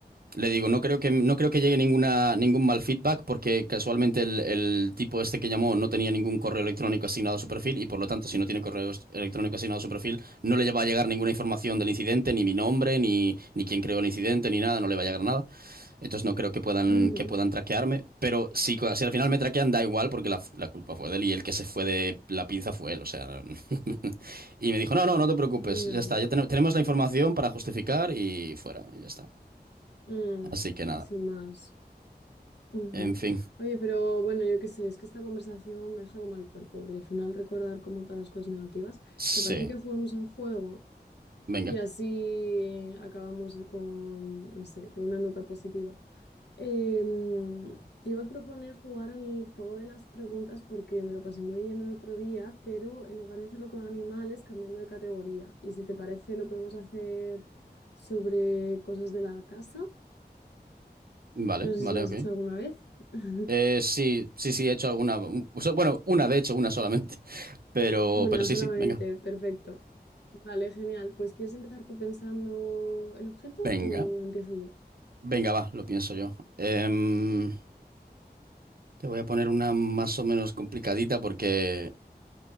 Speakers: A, on the right; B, on the left.
A: Le digo, no creo que, no creo que llegue ninguna, ningún mal feedback porque casualmente el, el tipo este que llamó no tenía ningún correo electrónico asignado a su perfil y por lo tanto, si no tiene correo electrónico asignado a su perfil, no le va a llegar ninguna información del incidente, ni mi nombre, ni, ni quién creó el incidente, ni nada, no le va a llegar nada. Entonces no creo que puedan,
B: ujú,
A: que puedan traquearme. Pero si, si al final me traquean, da igual porque la, la culpa fue de él y el que se fue de la pinza fue él. O sea. <laughs> Y me dijo, no, no, no te preocupes.
B: ya,
A: Ya está, ya ten- tenemos la información para justificar y fuera. y ya está.
B: mm,
A: Así que nada.
B: sin más. ujú.
A: En fin.
B: Oye, pero bueno, yo qué sé, es que esta conversación me deja como el cuerpo, porque al final recordar como todas las cosas negativas,
A: Sí.
B: ¿te parece que juguemos a un juego?
A: Venga.
B: Y así acabamos con, no sé, con una nota positiva. Em, te iba a proponer jugar al juego de las preguntas porque me lo pasé muy bien el otro día, pero en lugar de hacerlo con animales, cambiando de categoría. Y si te parece, lo podemos hacer sobre cosas de la casa.
A: Vale,
B: No sé
A: vale,
B: si lo has
A: ok.
B: hecho alguna vez. <laughs>
A: Eh, sí, sí, sí, he hecho alguna. u- so- Bueno, una, de hecho, una solamente. <laughs> Pero,
B: Una
A: pero sí,
B: solamente,
A: sí, venga.
B: perfecto. Vale, genial. Pues ¿quieres empezar tú pensando el objeto
A: Venga.
B: o empiezo yo?
A: Venga, va, lo pienso yo. Em, te voy a poner una más o menos complicadita porque.